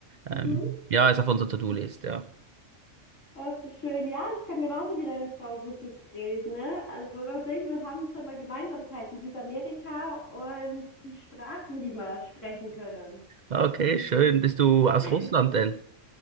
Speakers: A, on the right; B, on the left.
A: Ähm,
B: Mhm.
A: ja, ist auf unserer To-Do-List, ja.
B: Oh, ist das schön. Ja, ich kann genauso wie deine Frau Russisch reden, ne? Also da sehen wir, haben schon mal Gemeinsamkeiten. Südamerika und die Sprachen, die wir sprechen können.
A: Okay, schön. Bist du aus
B: <laughs>
A: Russland denn?